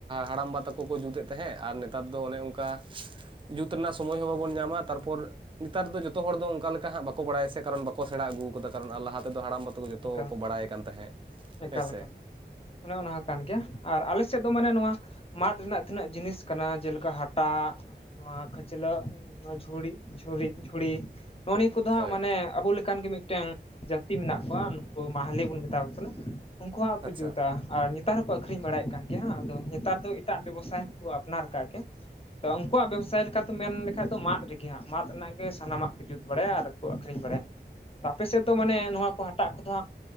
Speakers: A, on the right; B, on the left.
A: ᱦᱟᱲᱟᱢᱵᱟ ᱛᱟᱠᱚ ᱠᱚ ᱡᱩᱛ ᱮᱫ ᱛᱟᱦᱮᱸᱜ ᱟᱨ ᱱᱮᱛᱟᱨ ᱫᱚ ᱚᱱᱮ ᱚᱱᱠᱟ ᱡᱩᱛ ᱨᱮᱱᱟᱜ ᱥᱚᱢᱚᱭ ᱦᱚᱸ ᱵᱟᱵᱚᱱ ᱧᱟᱢᱟ ᱛᱟᱨᱯᱚᱨ ᱱᱮᱛᱟᱨ ᱫᱚ ᱡᱚᱛᱚ ᱦᱚᱲ ᱫᱚ ᱚᱱᱠᱟ ᱞᱮᱠᱟ ᱦᱟᱜ ᱵᱟᱠᱚ ᱵᱟᱲᱟᱭᱟ ᱥᱮ ᱠᱟᱨᱚᱱ ᱵᱟᱠᱚ ᱥᱮᱬᱟ ᱟᱹᱜᱩ ᱠᱟᱫᱟ ᱠᱟᱨᱚᱱ ᱞᱟᱦᱟ ᱛᱮᱫᱚ ᱦᱟᱲᱟᱢ ᱵᱟᱼ ᱦᱚᱭ ᱡᱚᱛᱚ
B: ᱮᱠᱟᱞ
A: ᱠᱚᱠᱚ ᱵᱟᱲᱟᱭ ᱠᱟᱱ ᱛᱟᱦᱮᱸᱫ
B: ᱮᱠᱟᱞ
A: ᱦᱮᱸ ᱥᱮ
B: ᱮᱠᱟᱞ ᱚᱱᱮ ᱚᱱᱟ ᱦᱚᱸ ᱠᱟᱱ ᱜᱮᱭᱟ ᱟᱨ ᱟᱞᱮ ᱥᱮᱫ ᱫᱚ ᱢᱟᱱᱮ ᱱᱚᱣᱟ ᱢᱟᱫ ᱨᱮᱱᱟᱜ ᱛᱤᱱᱟᱹᱜ ᱡᱤᱱᱤᱥ ᱠᱟᱱᱟ ᱡᱮᱞᱮᱠᱟ ᱦᱟᱴᱟᱜ ᱱᱚᱣᱟ ᱠᱷᱟᱹᱪᱞᱟᱹᱜ ᱱᱚᱣᱟ ᱡᱷᱩᱲᱤ ᱡᱷᱩᱲᱤ ᱡᱷᱩᱲᱤ ᱱᱚᱜᱼᱚ ᱱᱤᱭᱟᱹ ᱠᱚᱫᱚ ᱦᱟᱸᱜ
A: ᱦᱳᱭ
B: ᱢᱟᱱᱮ ᱟᱵᱚ ᱞᱮᱠᱟᱱ ᱜᱮ ᱢᱤᱫᱴᱮᱱ ᱡᱟᱹᱛᱤ ᱢᱮᱱᱟᱜ ᱠᱚᱣᱟ ᱱᱩᱠᱩ ᱢᱟᱦᱟᱞᱤ ᱵᱚᱱ ᱢᱮᱛᱟᱣ ᱠᱚ ᱠᱟᱱᱟ ᱩᱱᱠᱩ ᱦᱟᱜ ᱠᱚ
A: ᱟᱪᱪᱷᱟ
B: ᱡᱩᱛᱟ ᱟᱨ ᱱᱮᱛᱟᱨ ᱦᱚᱸᱠᱚ ᱟᱠᱷᱨᱤᱧ ᱵᱟᱲᱟᱭᱮᱫ ᱠᱟᱱ ᱜᱮᱭᱟ ᱦᱟᱜ ᱟᱫᱚ ᱱᱮᱛᱟᱨ ᱫᱚ ᱮᱴᱟᱜ ᱵᱮᱵᱚᱥᱟᱭ ᱦᱚᱸ ᱠᱚ ᱟᱯᱱᱟᱨ ᱠᱟᱜ ᱜᱮᱭᱟ ᱛᱚ ᱩᱱᱠᱩᱣᱟᱜ ᱵᱮᱵᱽᱥᱟᱭ ᱞᱮᱠᱟᱛᱮ ᱢᱮᱱ ᱞᱮᱠᱷᱟᱡ ᱫᱚ ᱢᱟᱫ ᱨᱮᱜᱮ ᱦᱟᱸᱜ ᱢᱟᱫ ᱨᱮᱱᱟᱜ ᱜᱮ ᱥᱟᱱᱟᱢᱟᱜ ᱠᱚ ᱡᱩᱛ ᱵᱟᱲᱟᱭᱟ ᱟᱨ ᱠᱚ ᱟᱹᱠᱷᱨᱤᱧ ᱵᱟᱲᱟᱭᱟ ᱟᱯᱮ ᱥᱮᱫ ᱫᱚ ᱢᱟᱱᱮ ᱱᱚᱣᱟ ᱠᱚ ᱦᱟᱴᱟᱜ ᱠᱚᱫᱚ ᱦᱟᱸᱜ